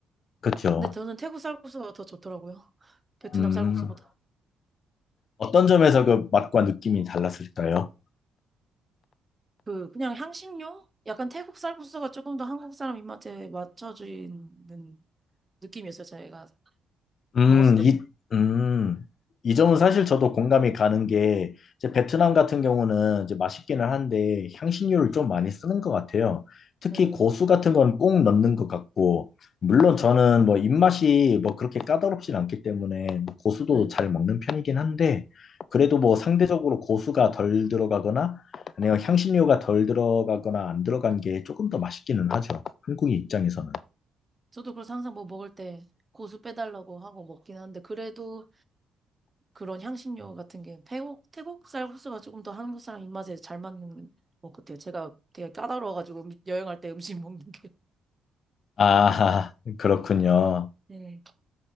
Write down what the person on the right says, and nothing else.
근데 저는 태국 쌀국수가 더 좋더라고요. <laughs> 베트남
쌀국수보다.
그, 그냥 향신료? 약간 태국 쌀국수가 조금 더 한국 사람 입맛에 맞춰지는 느낌이었어요, 제가
먹었을 때.
네.
네,
맞아요,
맞아요.
네.
네.
저도 그래서 항상 뭐 먹을 때 고수 빼달라고 하고 먹긴 하는데 그래도 그런 향신료 같은 게 태국 태국 쌀 국수가 조금 더 한국 사람 입맛에 잘 맞는 것 같아요. 제가 되게 까다로워가지고 음- 여행할 때 음식 <laughs> 먹는 게
네.